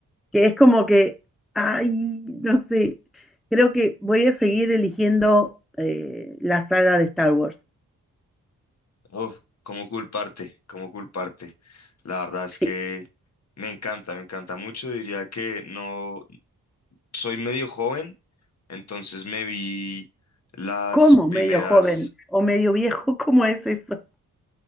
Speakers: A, in the centre; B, on the left.
A: que es como que, ay, no sé, creo que voy a seguir eligiendo eh, la saga de Star Wars.
B: Uf, ¿cómo culparte? ¿Cómo culparte? La verdad es
A: <laughs>
B: que me encanta, me encanta mucho. Diría que no soy medio joven, entonces me vi las
A: ¿Cómo
B: primeras
A: medio joven o medio viejo? <laughs> ¿Cómo es eso?